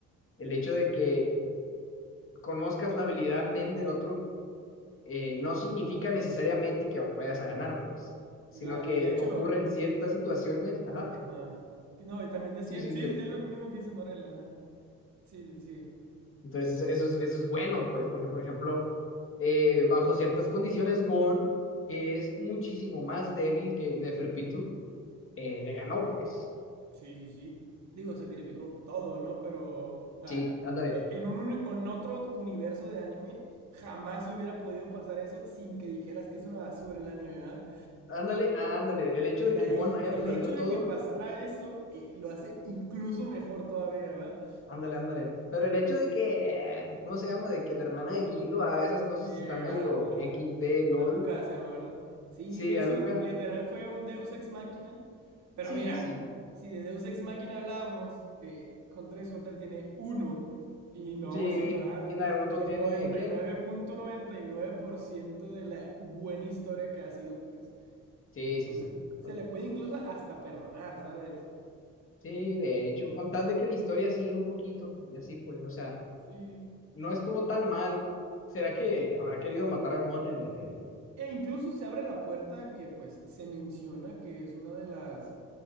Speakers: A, on the left; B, on the right.
A: El hecho de que conozcas la habilidad NEN del otro eh, no significa necesariamente que vayas a ganar, pues, sino
B: Claro,
A: que
B: y de hecho,
A: ocurren ciertas situaciones. Ajá,
B: ajá. No, y también decía,
A: sí, sí,
B: sí,
A: que...
B: es lo que mismo que dice Morel, ajá. Sí, sí, sigue.
A: Entonces eso es, eso es bueno, pues, porque, por ejemplo, eh, bajo ciertas condiciones, Gon, que es muchísimo más débil que Neferpitu, eh, le ganó, pues.
B: Sí, sí, sí. Digo, sacrificó todo, ¿no? Pero, o sea,
A: Sí, ándale,
B: e- en un, uni- en otro universo de anime, jamás hubiera podido pasar eso sin que dijeras que es una basura el anime, ¿verdad?
A: ándale, ándale. El hecho
B: Y
A: de que
B: ahí
A: Gon haya
B: el
A: perdido
B: hecho de
A: todo
B: que pasara eso eh, lo hace incluso mejor todavía, ¿verdad?
A: Ándale, ándale. Pero el hecho de que, ¿cómo se llama? De que la hermana de Kilo haga esas cosas
B: Sí,
A: está medio
B: a- a-
A: equis de LOL.
B: A Lucas se llama, ¿verdad? Sí,
A: Sí,
B: eso
A: Aluka.
B: literal fue un Deus Ex Machina. Pero
A: Sí,
B: mira,
A: sí.
B: si de Deus Ex Machina hablamos, eh, Hunter x Hunter tiene uno. Y no
A: Sí,
B: vamos a ignorar
A: y Naruto
B: el
A: tiene,
B: 99.99%
A: ¿qué?
B: de la buena historia que ha sido, pues.
A: Sí,
B: Entonces,
A: sí, sí.
B: se
A: Por-
B: le puede incluso hasta perdonar, ¿sabes?
A: Sí, de hecho, con tal de que la historia siga un poquito y así, pues, o sea,
B: Sí.
A: no estuvo tan mal. ¿Será que habrá querido matar a Gon el, el
B: E incluso se abre la puerta que, pues, se menciona que es una de las,